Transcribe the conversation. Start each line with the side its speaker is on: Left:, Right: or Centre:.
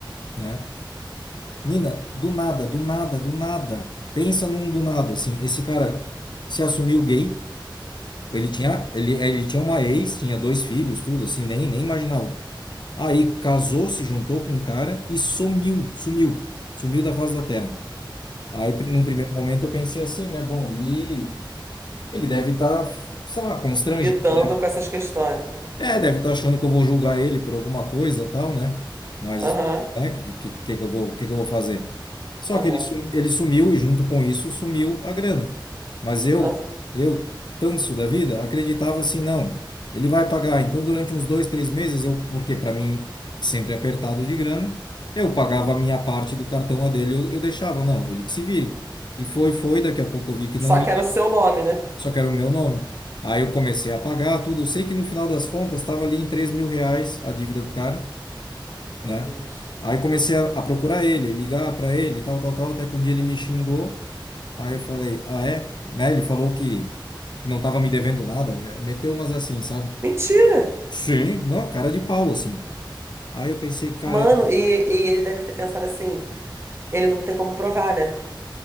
Left: né? Nina, do nada, do nada, do nada. Pensa num do nada, assim. Esse cara se assumiu gay. Ele tinha, ele, ele tinha uma ex, tinha dois filhos, tudo assim, nem, nem imaginava. Aí casou, se juntou com um cara e sumiu, sumiu, sumiu da face da terra. Aí, pri- num primeiro momento, eu pensei assim, né? Bom, e ele deve estar, sei lá, constrangido,
Right: lidando
Left: né?
Right: com essas questões, né?
Left: É, deve estar achando que eu vou julgar ele por alguma coisa, tal, né? Mas
Right: Aham,
Left: é, que, que, que que eu vou, que que eu vou fazer? Só
Right: aham,
Left: que ele, sum- ele sumiu e junto com isso sumiu a grana. Mas eu,
Right: aham.
Left: eu, tanso da vida, acreditava assim, não, ele vai pagar. Então, durante uns dois, três meses, eu, porque para mim sempre é apertado de grana, eu pagava a minha parte do cartão a dele, eu, eu deixava, não, ele que se vire. E foi, foi, daqui a pouco eu vi que
Right: Só
Left: não
Right: que era o seu nome, né?
Left: só que era o meu nome. Aí eu comecei a pagar tudo. Eu sei que no final das contas estava ali em 3 mil reais a dívida do cara,
Right: Meu
Left: né?
Right: Deus.
Left: Aí comecei a, a procurar ele, ligar para ele, tal, tal, tal, até que um dia ele me xingou. Aí eu falei, ah, é? Né? Ele falou que não estava me devendo nada, né? meteu umas assim, sabe?
Right: Mentira!
Left: Sim. Não, cara de pau, assim. Aí eu pensei, cara,
Right: Mano, e, e ele deve ter pensado assim, ele não tem como provar, né?